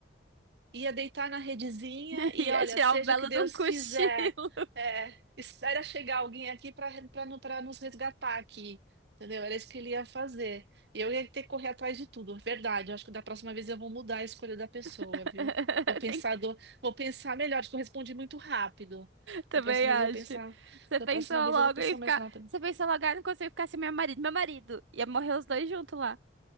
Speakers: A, on the right; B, on the right.
A: ia deitar na redezinha
B: <laughs>
A: e
B: Ia
A: olha,
B: tirar
A: seja
B: um belo
A: o que Deus
B: de um cochilo.
A: quiser, é, espera chegar alguém aqui para para nos resgatar aqui, entendeu? Era isso que ele ia fazer. E eu ia ter que correr atrás de tudo, verdade. Eu acho que da próxima vez eu vou mudar a escolha da pessoa,
B: <laughs>
A: viu? Vou pensar,
B: Tem
A: do- vou pensar melhor, acho que eu respondi muito rápido.
B: Também
A: Da próxima
B: acho.
A: vez eu vou pensar,
B: Você
A: da
B: pensou
A: próxima vez
B: logo
A: eu vou pensar
B: em ficar.
A: mais rápido.
B: Você pensou logo, ah, não consigo ficar sem meu marido. Meu marido. Ia morrer os dois juntos lá.